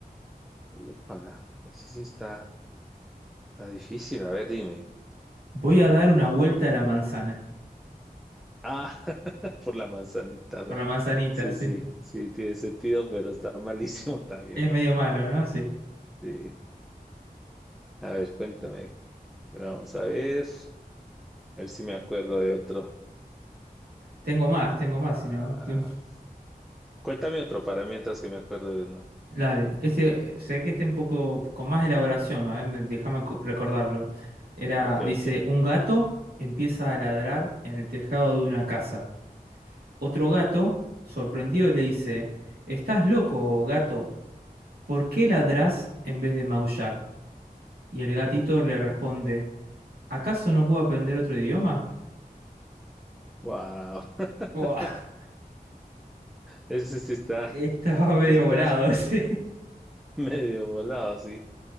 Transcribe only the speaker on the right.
Voy a dar una vuelta a la manzana.
Por la manzanita,
sí.
Es
medio malo, ¿no? Sí.
Tengo más, tengo más,
si no. tú-
Dale. Este, eh, sé que este un poco con más elaboración, a ver, me- déjame co- recordarlo. Era,
dice,
un gato empieza a ladrar en el tejado de una casa. Otro gato, sorprendido, le dice, ¿Estás loco, gato? ¿Por qué ladrás en vez de maullar? Y el gatito le responde, ¿acaso no puedo aprender otro idioma?
Buah,
<laughs>
estaba medio
volado ese.